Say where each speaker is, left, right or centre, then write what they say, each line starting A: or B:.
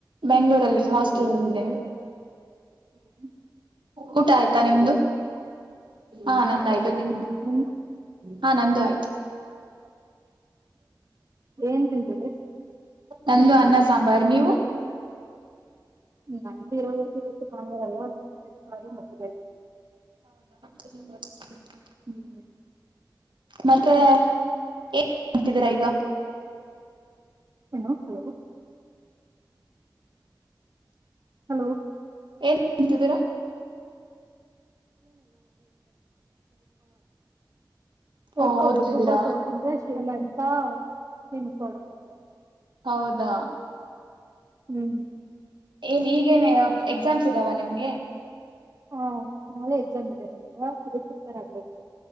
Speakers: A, on the right; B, on the right.
A: ಬೆಂಗಳೂರಲ್ಲಿ ಹಾಸ್ಟೆಲ್ ಇದೇನೆ
B: ಹ್ಮ
A: ಊಟ ಆಯ್ತಾ ನಿಮ್ದು ಹಾ ನಂದಾಯ್ತು
B: ಆಯ್ತು
A: ನಿಮ್ದ
B: ನಿಮ್ದು
A: ಹಾ ನಂದು ಆಯ್ತು
B: ಏನ್ ತಿಂದಿರಿ
A: ನಂದು ಅನ್ನ ಸಾಂಬಾರ್ ನೀವು
B: ನ ಇವತ್ತು ಎಲ್ಲ ಮತ್ತ
A: ಹ
B: ಹ್ಮ್
A: ಮತ್ತೆ ಏನ್ ಮಾಡ್ತಿದ್ದೀರಾ ಈಗ
B: ಹಲೋ ಹಲೋ ಹಲೋ
A: ಏನ್ ಅಂತಿದ್ದೀರಾ
B: ಸಡ್ಕಬೇಕುಬ
A: ಓ ಓದ್ತಿದ್ದೀರಾ
B: ಅಂತ ನಿನ್ ಕಳಜ ಇದೆ
A: ಹೌದಾ
B: ಹ್ಮ್
A: ಏನ್ ಈಗೇನ್ ಎಕ್ಸಾಮ್ಸ್ ಇದಾವ ನಿಮ್ಗೆ
B: ಹ್ಮ ನಾಳೆ ಎಕ್ಸಾಮ್ ಇದೆ ನಿಮಗೆ ಅದು ಕುಡ್ತಾರ ಆಗ್ಬೇಕು